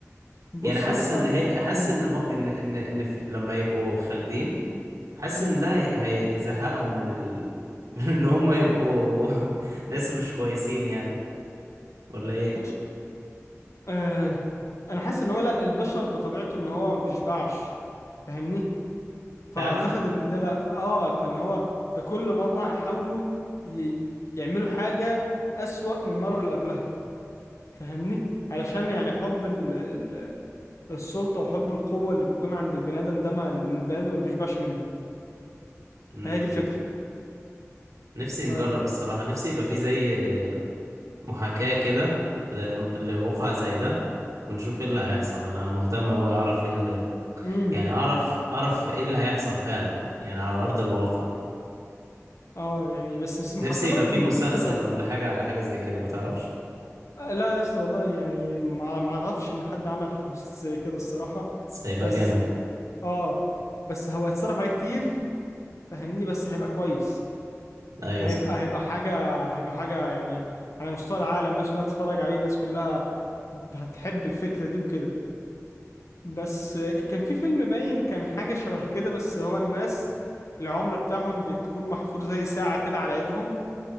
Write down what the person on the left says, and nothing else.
بص
يا اسطى
أنا-
مم.
مم.
<laughs> آه انا حاسس ان هو لا البشر بطبيعته ان هو ما بيشبعش فاهمني فاعتقد
ان ده لا اه فان هو ده كل مره هيحاولوا ي... يعملوا حاجه اسوأ من المره اللي قبلها فاهمني علشان يعني حب ال... ال... السلطه وحب القوه اللي بيكون عند البني ادم ده ما البني ادم ما بيشبعش منه
فهي دي الفكره
ف
امم
اه يعني بس بس محاكاه
بقى
بكمبيوتر
او
آه، لا يا اسطى والله يعني ما ما اعرفش ان حد عمل حاجه زي كده الصراحه
بس
اه بس هو هيتصرف عليه كتير فاهمني بس هيبقى كويس
هيبقى
هيبقى حاجة هيبقى حاجة يعني على مستوى العالم الناس كلها تتفرج عليه الناس كلها هتحب الفكرة دي وكده بس ك- كان في فيلم باين كان حاجة شبه كده بس هو الناس العمر بتاعهم بتكون محفور زي ساعة كده على ايدهم